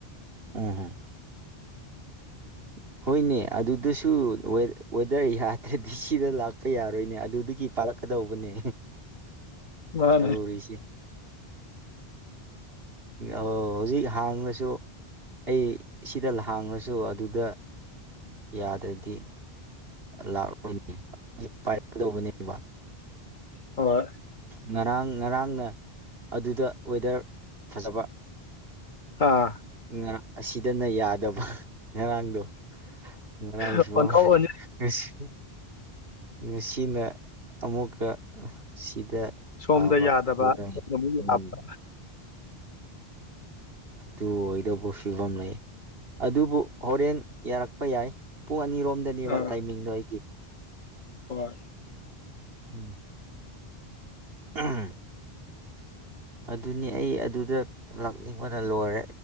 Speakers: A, on the right; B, on the left.
A: ꯎꯝꯍꯝ <unintelligible> ꯍꯣꯏꯅꯦ ꯑꯗꯨꯗꯁꯨ ꯋꯦꯗꯔ ꯌꯥꯗ꯭ꯔꯗꯤ ꯁꯤꯗ ꯂꯥꯛꯄ ꯌꯥꯔꯣꯏꯅꯦ ꯑꯗꯨꯒꯤ ꯄꯥꯜꯂꯛꯀꯗꯧꯕꯅꯦ
B: ꯃꯥꯅꯦ
A: ꯇꯧꯔꯤꯁꯦ ꯍꯧꯖꯤꯛ ꯍꯥꯡꯅꯁꯨ ꯑꯩ ꯁꯤꯗ ꯂꯥꯡꯉꯁꯨ ꯑꯗꯨꯗ ꯌꯥꯗ꯭ꯔꯗꯤ ꯂꯥꯛꯑꯣꯣꯏꯅꯦ ꯄꯥꯏꯒꯗꯧꯕꯅꯦꯕ
B: ꯍ
A: ꯉꯔꯥꯡ ꯉꯔꯥꯡꯅ ꯑꯗꯨꯗ ꯋꯦꯗꯔ ꯐꯖꯕ
B: ꯑꯥ
A: ꯥꯡ ꯑꯁꯤꯗꯅ ꯌꯥꯗꯕ ꯉꯔꯥꯡꯗꯣ ꯉꯔꯥꯡꯁꯨ
B: ꯑꯣꯟꯊꯣꯛ
A: ꯐꯅꯨꯡꯁꯤ
B: ꯑꯣꯟꯁꯤꯟ
A: ꯉꯁꯤꯅ ꯑꯃꯨꯛꯀ ꯁꯤꯗ
B: ꯁꯣꯝꯗ
A: ꯐꯥꯕ
B: ꯌꯥꯗꯕ
A: ꯑꯗꯨ ꯇꯥꯏ
B: ꯁꯣꯝꯗ ꯑꯃꯨꯛ ꯌꯥꯕ
A: ꯎꯝ ꯑꯗꯨ ꯑꯣꯏꯗꯧꯕ ꯐꯤꯕꯝ ꯂꯩ ꯑꯗꯨꯕꯨ ꯍꯣꯔꯦꯟ ꯌꯥꯔꯛꯄ ꯌꯥꯏ ꯄꯨꯡ ꯑꯅꯤꯔꯣꯝ ꯗꯅꯦꯕ
B: ꯑꯥ
A: ꯇꯥꯏꯃꯤꯡꯗꯣ ꯑꯩꯒꯤ
B: ꯍꯣꯏ
A: ꯎꯝ ꯎꯝ ꯑꯗꯨꯅꯤ ꯑꯩ ꯑꯗꯨꯗ ꯂꯥꯛꯅꯤꯡꯕꯅ ꯂꯣꯏꯔꯦ